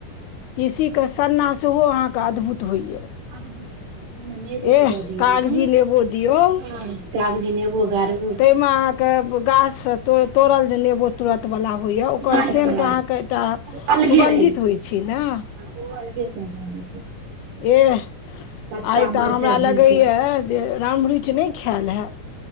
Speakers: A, on the left; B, on the right.
A: तीसीके सन्ना सेहो अहाँके अद्भुत होइए
B: अदभुत भेलय नेबो
A: एह
B: जे द दियौ
A: कागजी
B: अहाँ
A: नेबो दियौ
B: कागजी नेबो गार
A: ताहि मे अहाँके गाछ से तोड़ल जे नेबो <unintelligible> तुरत बला होइया ओकर
B: तुरन्त
A: सेंट
B: बला
A: अहाँके एकटा
B: ओ अलगे
A: सुगन्धित
B: रहै
A: होइ छै ने
B: छै हँ, ओ अलगे क छै
A: एह
B: कचका
A: आइ तऽ
B: मरचाइ
A: हमरा लगैए
B: भुजि कऽ
A: जे राम रूइच नहि खायल हैत